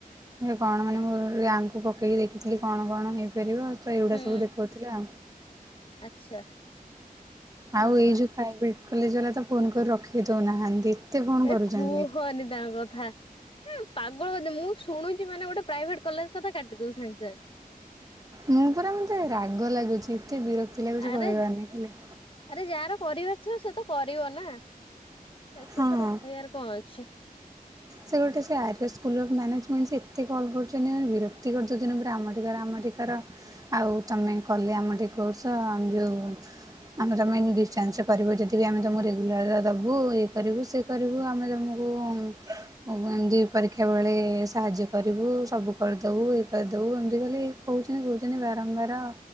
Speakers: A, on the right; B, on the left.
A: ଏ କଣ ମାନେ ମୁଁ ରାଙ୍କକୁ ପକେଇକି ଦେଖିଥିଲି କଣ କଣ ହେଇପାରିବ ତ ଏଇଗୁଡା
B: ହୁଁ
A: ସବୁ ଦେଖଉଥିଲା।
B: ଆଚ୍ଛା। ହୁଁ
A: ଆଉ ଏଇ ଯୋଉ ପ୍ରାଇଭେଟ କଲେଜ ବାଲା ତ ଫୋନ କରି ରଖେଇ ଦଉନାହାନ୍ତି। ଫୋନ
B: ଏ
A: କରୁଛନ୍ତି।
B: କୁହନି ତାଙ୍କ କଥା। ଏ ପାଗଳ <unintelligible> ମୁଁ ଶୁଣୁଛି ମାନେ ଗୋଟେ ପ୍ରାଇଭେଟ କଲେଜ କଥା କାଟିଦଉଛି ସାଙ୍ଗ ସାଙ୍ଗ।
A: ମୁଁ ପରା ମତେ ରାଗ ଲାଗୁଛି ଏତେ ବିରକ୍ତି ଲାଗୁଛି
B: ଆରେ
A: କହିବାର ନାହିଁ ଖାଲି।
B: ଆରେ ଯାହାର କରିବାର ଥିବ ସେ ତ କରିବ ନା। ଏତେଥର
A: ହଁ
B: କହିବାର କଣ ଅଛି।
A: ସେ ଗୋଟେ ସେ R S school of management ସେ ଏତେ କଲ କରୁଛନ୍ତି ମାନେ ବିର ତି କରିଦଉଛନ୍ତି ପୁରା ଆମଠି କର ଆମଠି କର। ଆଉ ତମେ କଲେ ଆମଠି କୋର୍ସ ଯୋଉ। ଆମେ ତମେ <unintelligible> ଡିଷ୍ଟାନ୍ସରେ କରିବ ଯଦି ବି ଆମେ ତମକୁ ରେଗୁଲାର ଦବୁ ଇଏ କରିବୁ ସି କରିବୁ ଆମେ ତମକୁ ଉଁ। ଉଁ ଏମିତି ପରୀକ୍ଷା ବେଳେ ସାହାଯ୍ୟ କରିବୁ ସବୁ କରିଦବୁ ଇଏ କରିଦବୁ ଏମିତି ଖାଲି। କହୁଛନ୍ତି କହୁଛନ୍ତି ବାରମ୍ବାର।